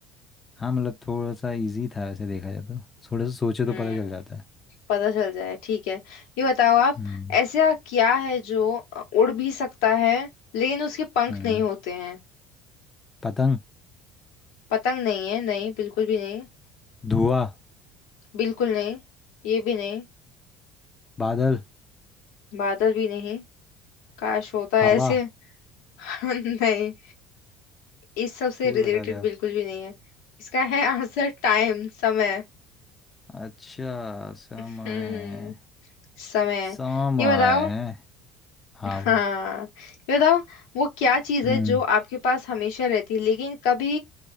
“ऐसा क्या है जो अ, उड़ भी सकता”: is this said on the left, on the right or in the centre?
Left